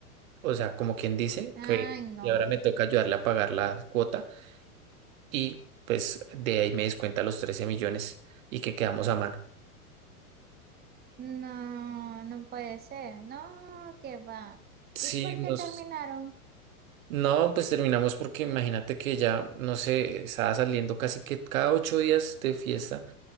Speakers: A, on the right; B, on the right.
A: O sea, como quien dice
B: ay,
A: que
B: no,
A: y ahora me toca ayudarle a pagar la cuota y pues de ahí me descuenta los 13 millones y que quedamos a mano.
B: no, no puede ser. No, que va.
A: Sí,
B: ¿Y por
A: nos...
B: qué terminaron?
A: No, pues terminamos porque imagínate que ya, no sé, estaba saliendo casi que cada ocho días de fiesta